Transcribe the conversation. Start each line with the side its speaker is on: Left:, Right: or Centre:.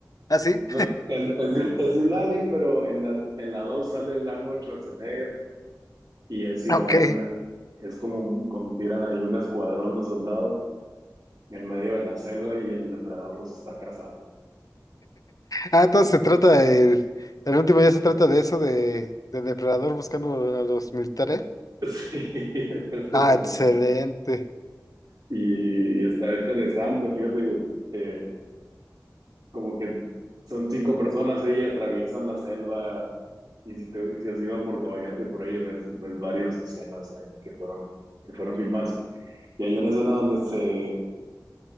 Left: ¿Ah, sí?
Right: Pues es, es de un, es de un alien, pero en la, en la 2 sale el Arnold Schwarzenegger y es igual
Left: Ok.
Right: una, es como, un- como tiran ahí un escuadrón de soldados en medio de la selva y el depredador los está cazando.
Left: Ah, entonces se trata del- el último ya se trata de eso, de, de depredador buscando a los militares.
Right: <laughs> Sí, de eso
Left: Ah,
Right: se
Left: excelente.
Right: trata. Y, y está interesante, fíjate que eh, como que son cinco personas ahí y atraviesan la selva. Y si, te, si has ido a Puerto Vallarta y por ahí ves, ves varias escenas ahí que fueron, que fueron filmadas. Y hay una escena donde se,